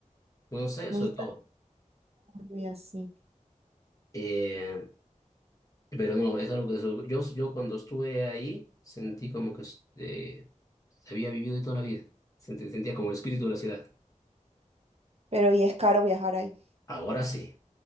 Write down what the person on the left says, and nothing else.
Buenos Aires
sobre
todo,
Eh, pero no, es algo que sobre- yo, yo cuando estuve ahí sentí como que este, había vivido ahí toda la vida, Sentí- sentía como el espíritu de la ciudad.
Ahora sí,